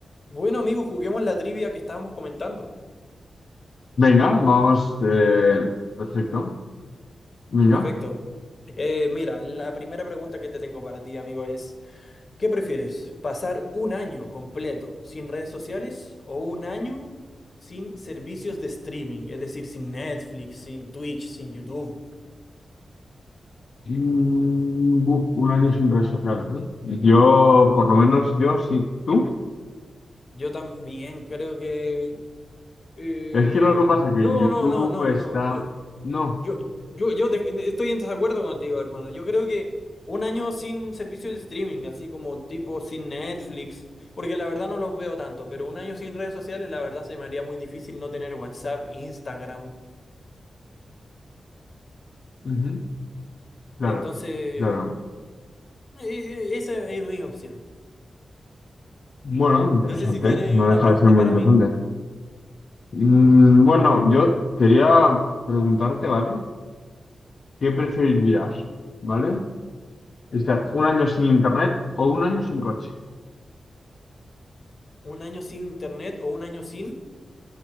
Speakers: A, on the left (about 40°); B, on the left (about 60°).
A: Bueno, amigo, juguemos la trivia que estábamos comentando.
B: Venga, vamos. eh, perfecto. Venga.
A: Perfecto. Eh, mira, la primera pregunta que te tengo para ti, amigo, es, ¿qué prefieres? ¿Pasar un año completo sin redes sociales o un año sin servicios de streaming? Es decir, sin Netflix, sin Twitch, sin YouTube.
B: Mm, buf, un año sin redes sociales, ¿eh? Yo, por lo menos yo sí. ¿Tú?
A: Yo también creo que... eh,
B: Es que lo que pasa es que
A: no,
B: en YouTube
A: no, no, no,
B: está...
A: no.
B: No.
A: Yo, yo, yo de- de- estoy en desacuerdo contigo, hermano. Yo creo que un año sin servicios de streaming, así como tipo sin Netflix, porque la verdad no los veo tanto, pero un año sin redes sociales, la verdad se me haría muy difícil no tener WhatsApp, Instagram.
B: Ujú. Claro,
A: Entonces, eh,
B: claro.
A: eh, esa es mi opción.
B: Bueno, interesante.
A: No sé si tiene
B: No
A: una
B: deja
A: pregunta
B: de ser muy
A: para
B: interesante.
A: mí.
B: Mm, bueno, yo quería preguntarte, ¿vale? ¿Qué preferirías? ¿Vale? ¿Estar un año sin internet o un año sin coche?
A: ¿Un año sin internet o un año sin